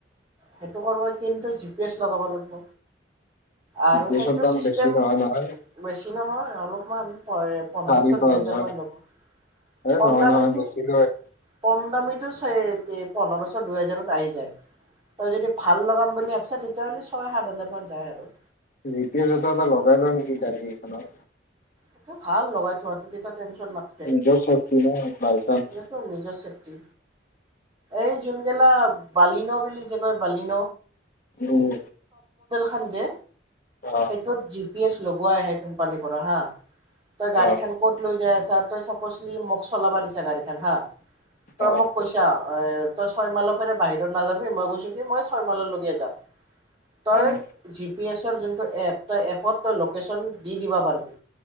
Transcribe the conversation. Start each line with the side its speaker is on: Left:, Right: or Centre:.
Right: সেইটো কৰবলে কিন্তু জি পি এছ লগাব লাগিব। আৰু
Left: জি পি এছৰ
Right: সেইটো
Left: দাম
Right: ছিষ্টেম
Left: বেছি নহয় নহয়
Right: বেছি নহয়। অলপমান হয় পোন্ধৰশ
Left: চাৰি পাঁচ
Right: দুই হেজাৰ
Left: হাজাৰ
Right: মান ল'ব
Left: এ
Right: কম
Left: নহয়
Right: দামীটো
Left: নহয় বেছি লয়
Right: কম দামীত টো পোন্ধৰ ছৰ দুই হাজাৰত আহি যায়। তই যদি ভাল লগাম বুলি ভ চা তেতিয়াহ'লে ছয় সাত হাজাৰ মান যায় আৰু
Left: জি পি এছ এটা এটা লগাই লওঁ নেকি গাড়ী এখনত
Right: এইটো ভাল লগাই থোৱাটো তেতিয়া টেনচন নাথকে।
Left: নিজৰ চেফটি ন বাই চান্স
Right: এতো নিজৰ চেফটি। এই জুন গেলা বালিন বুলি যে কয় বালিন।
Left: উম
Right: হাঞ্জে
Left: অ
Right: এইটোত জি পি এচ লগাই আহে কোম্পানীৰ পৰা হা তই গাড়ী
Left: অ
Right: খন ক'ত লৈ যাই আছ তই চাপজলি মোক চলাবা দিচা গাড়ীখন হা। তই
Left: অ
Right: মোক কৈছা তই ছয় মাইলৰ পৰাৰে বাহিৰত নাযাবি মই কৈছো কি মই ছয় মাললৈকে যাম। তই
Left: উম
Right: জি পি এছ তোনটো জোনটো এপত লেশন দি দিব পাৰিবি